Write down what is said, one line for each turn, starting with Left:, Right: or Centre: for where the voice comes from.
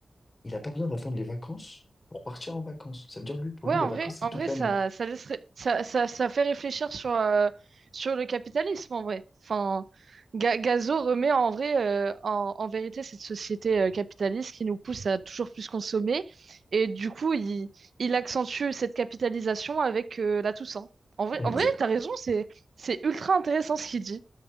Left: Il n'a pas besoin d'attendre les vacances pour partir en vacances. Ça veut dire, lui, pour
Right: Ouais,
Left: lui,
Right: en
Left: les vacances,
Right: vrai,
Left: c'est
Right: en
Left: toute
Right: vrai,
Left: l'année.
Right: ça, ça laisserait, ça, ça, ça fait réfléchir sur, euh, sur le capitalisme, en vrai. Enfin, Ga- Gazo remet en vrai, euh, en, en vérité, cette société euh, capitaliste qui nous pousse à toujours plus consommer. Et du coup, il, il accentue cette capitalisation avec euh, la Toussaint. En vrai,
Left: Exact.
Right: en vrai, t'as raison, c'est, c'est ultra intéressant ce qu'il dit.